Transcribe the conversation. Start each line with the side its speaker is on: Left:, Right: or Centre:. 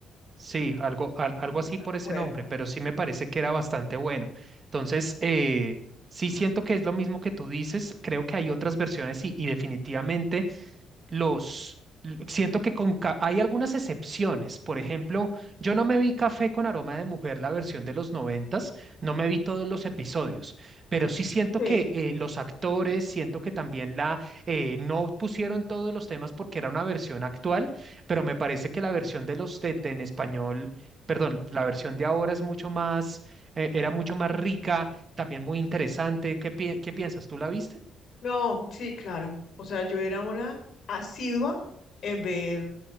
Right: sí, algo, al- algo
Left: Ay, No
Right: así
Left: me
Right: por
Left: acuerdo.
Right: ese nombre, pero sí me parece que era bastante bueno. Entonces, eh, sí siento que es lo mismo que tú dices, creo que hay otras versiones y, y definitivamente los l- siento que con ca- hay algunas excepciones. Por ejemplo, yo no me vi Café con aroma de mujer, la versión de los noventas, no me vi todos los episodios, pero sí siento
Left: Sí,
Right: que eh, los actores, siento que también la eh, no pusieron todos los temas porque era una versión actual, pero me parece que la versión de los de, de en español, perdón, la versión de ahora es mucho más, eh, era mucho más rica, también muy interesante. ¿Qué, pi- qué piensas? ¿Tú la viste?
Left: no, sí, claro. O sea, yo era una asidua en ver